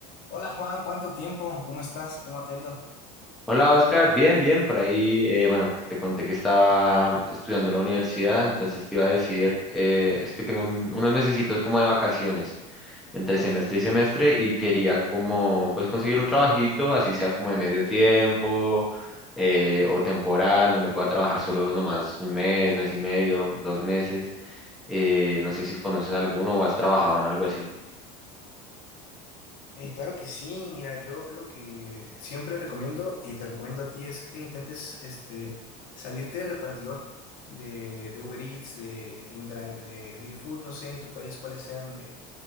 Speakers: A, on the left; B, in the centre.
A: Hola Juan, ¿cuánto tiempo? ¿Cómo estás? ¿Cómo te ha ido?
B: Hola Oscar, bien, bien, por ahí, eh, bueno, te conté que estaba estudiando en la universidad, entonces te iba a decir, eh, es que tengo un- unos mesecitos como de vacaciones entre semestre y semestre y quería como, pues conseguir un trabajito, así sea como de medio tiempo eh, o temporal, donde pueda trabajar solo nomás un mes, mes y medio, dos meses, eh, no sé si conoces alguno o has trabajado en algo así.
A: Eh, claro que sí, mira, yo lo que siempre recomiendo y te recomiendo a ti es que intentes este, salirte de repartidor, de, de Uber Eats, de InDrive, de Didi Food, no sé en tu país cuáles sean eh,